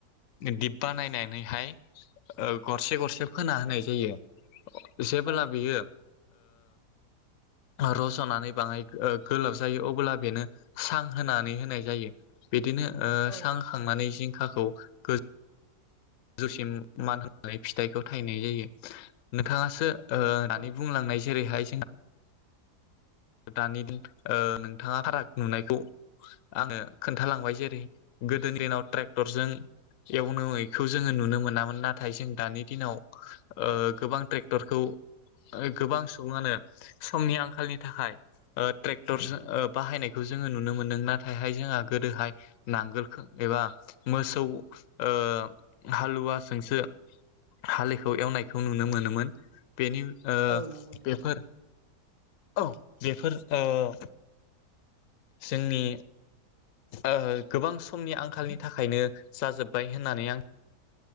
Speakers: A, on the left; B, on the right.
A: दिब बानायनानैहाय ओ गरसे गरसे फोना होनाय जायो। जेब्ला
B: औ
A: बियो ओ रज'नानै बाङाय ओ गोलाव‌ जायो अब्ला बेनो सां होनानै होनाय जायो। बिदिनो ओ
B: औ
A: सां खांनानै जिं खाखौ गोज जौसिम मान होनानै फिथाइखौ थायनाय जायो नोंथांङासो ओ दानि
B: औ
A: बुंलांनाय जेरैहाय दानि दि ओ नोंथांङा फाराग नुनायखौ आंङो खोन्थालांबाय जेरै गोदोनि दिनाव ट्रेक्टरजों एवनो खौ जोंङो नुनो मोनामोन नाथाय जों दानि दिनाव ओ गोबां ट्रेक टरखौ ओ गोबां सुबुंङानो समनि आंखालनि थाखाय ओ ट्रेक्टर जो ओ बाहायनायखौ जोंङो नुनो मोनदों नाथायहाय जोंहा गोदोहाय नांगोलखो एबा मोसौ ओ हालुवा सोंसो‌ हालिखौ एवनायखौ नुनो मोनोमोन। बेनि ओ
B: औ नंगौ नोंथां
A: बेफोर औ बेफोर ओ <inaudible> जोंनि ओ‌ गोबां समनि आंखालनि थाखायनो जाजोबबाय होननानै आं